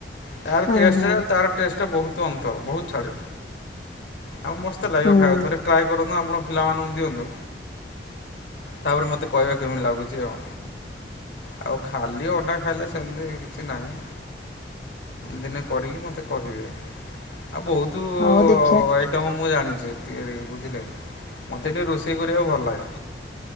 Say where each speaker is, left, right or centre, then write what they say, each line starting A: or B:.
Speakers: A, on the left; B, on the left.
A: ତାର
B: ହଁ
A: ଟେଷ୍ଟ
B: ହଁ
A: ଟା ତାର ଟେଷ୍ଟ ବହୁତ ଅନ୍ତର ବହୁତ ଛାଡେ। ଆଉ ମସ୍ତ ଲାଗିବ
B: ହୁଁ
A: ଖାଇବା ଥରେ ଟ୍ରାଏ କରନ୍ତୁ ଆପଣ ପିଲାମାନଙ୍କୁ ଦିଅନ୍ତୁ। ତାପରେ ମୋତେ କହିବା କେମିତି ଲାଗୁଛି ଆଉ। ଆଉ ଖାଲି ଅଣ୍ଡା ଖାଇଲେ ସେମିତି କିଛି ନାହିଁ। ଦିନେ କରିକି ମତେ କହିବେ ଆଉ ବହୁତୁ
B: ହଉ ଦେଖିଆ
A: ଆଇ ମୁଁ ଜାଣିଛି ତିଆରି ବୁଝିଲେ ମତେ ଟିକେ ରୋଷେଇ କରିବାକୁ ଭଲ ଲାଗେ।